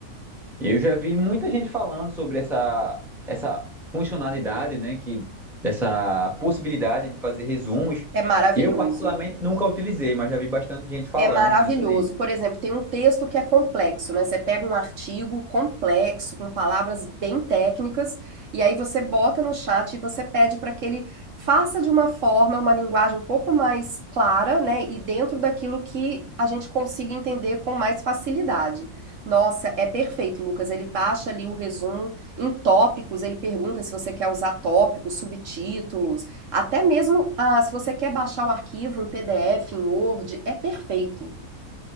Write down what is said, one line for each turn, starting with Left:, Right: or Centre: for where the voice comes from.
Centre: Eu já vi muita gente falando sobre essa, essa funcionalidade, né, que essa possibilidade de fazer resumos.
Right: É maravilhoso.
Centre: Eu particularmente nunca utilizei, mas já vi bastante gente falando
Right: É maravilhoso.
Centre: disso aí.
Right: Por exemplo, tem um texto que é complexo, né? Você pega um artigo complexo, com palavras bem técnicas, e aí você bota no chat e você pede para que ele faça de uma forma, uma linguagem um pouco mais clara, né? E dentro daquilo que a gente consiga entender com mais facilidade. Nossa, é perfeito, Lucas. Ele baixa ali o resumo em tópicos, ele pergunta se você quer usar tópicos, subtítulos, até mesmo ah, se você quer baixar o arquivo em PDF, em Word, é perfeito.